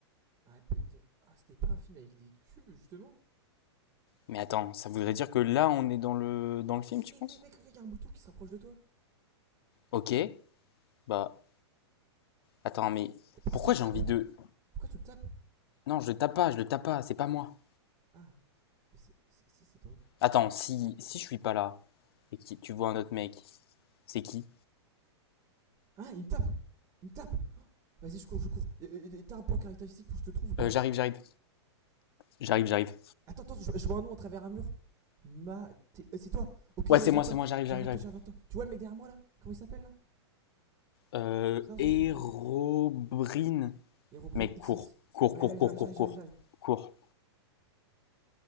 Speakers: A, on the right; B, on the left.
A: Ah, peut-être. Ah, c'était pas un film avec des cubes justement
B: Mais attends, ça voudrait dire que là on est dans le, dans le film,
A: Mais
B: tu
A: mec,
B: penses?
A: mec, mec, regarde, il y a un mouton qui se rapproche de toi. Wow.
B: Ok, bah... Attends,
A: Et,
B: mais
A: et- et pourquoi
B: pourquoi
A: tu le tapes
B: j'ai envie de...
A: Pourquoi tu le tapes
B: Non, je le tape pas, je le tape pas, c'est pas moi.
A: Ah, mais c'est- si si, c'est toi.
B: Attends, si, si je suis pas là et que tu vois un autre mec, c'est qui?
A: Hein, il me tape Il me tape Oh, Vas-y, je cours, je cours. Et- T'as un point caractéristique pour que je te trouve ou pas
B: Euh, j'arrive, j'arrive, j'arrive, j'arrive.
A: Attends, attends, je, je vois un nom à travers un mur. Maté... euh, C'est toi Ok,
B: Ouais,
A: j'arrive
B: c'est moi,
A: vers toi.
B: c'est moi, j'arrive,
A: J'arrive
B: j'arrive,
A: vers
B: j'arrive.
A: toi, j'arrive vers toi. Tu vois le mec derrière moi là Comment il s'appelle là
B: Euh,
A: Non, on s'en
B: Hérobrine.
A: fout, on s'en... Herobrine
B: Mec,
A: XX.
B: cours, cours,
A: Ouais,
B: cours,
A: ouais,
B: cours,
A: j'arrive,
B: cours,
A: j'arrive, j'arrive,
B: cours,
A: j'arrive.
B: cours.